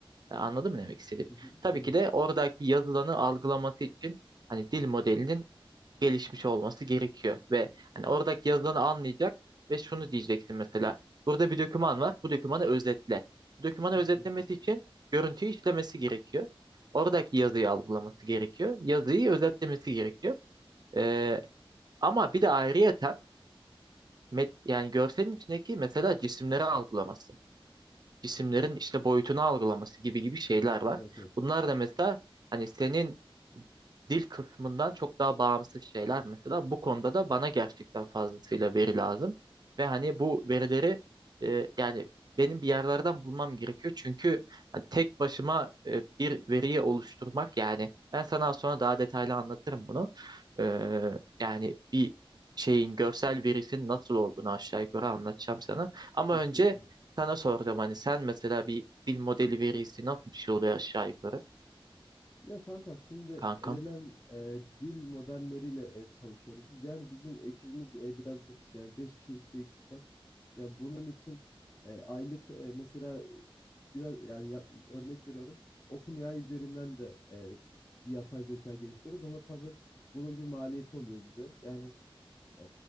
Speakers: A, on the right; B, on the left.
A: e, Anladın mı ne demek istediğim?
B: Hı hı,
A: Tabii
B: anladım.
A: ki de oradaki yazılanı algılaması için hani dil modelinin gelişmiş olması gerekiyor ve hani oradaki yazılanı anlayacak ve şunu diyeceksin mesela. Burada bir doküman var. Bu dokümanı özetle. Bu dokümanı
B: Kesinlikle.
A: özetlemesi için görüntüyü işlemesi gerekiyor. Oradaki yazıyı algılaması gerekiyor. Yazıyı özetlemesi gerekiyor. E, ama bir de ayrıyeten met, yani görselin içindeki mesela cisimleri algılaması cisimlerin işte boyutunu algılaması gibi gibi şeyler var.
B: Evet evet.
A: Bunlar da mesela hani senin dil kısmından çok daha bağımsız şeyler mesela. Bu konuda da bana gerçekten fazlasıyla veri lazım. Ve hani bu verileri e, yani benim bir yerlerden bulmam gerekiyor. Çünkü hani tek başıma e, bir veriyi oluşturmak yani ben sana az sonra daha detaylı anlatırım bunu. E, yani bir şeyin görsel verisinin nasıl olduğunu aşağı yukarı anlatacağım sana. Ama
B: Kesinlikle.
A: önce sana soracağım hani sen mesela bir dil modeli verisi nasıl bir şey oluyor aşağı yukarı
B: Ya kankam şimdi
A: kankam?
B: LLM e, dil modelleriyle e, çalışıyoruz biz. Yani bizim ekibimiz de e, biraz geniş. Yani 5 kişilik bir ekip var. Ya bunun için e, aylık e, mesela e, biraz yani yap- örnek veriyorum. OpenAI üzerinden de e, bir yapay zeka geliştiriyoruz ama tabii bunun bir maliyeti oluyor bize. Yani e,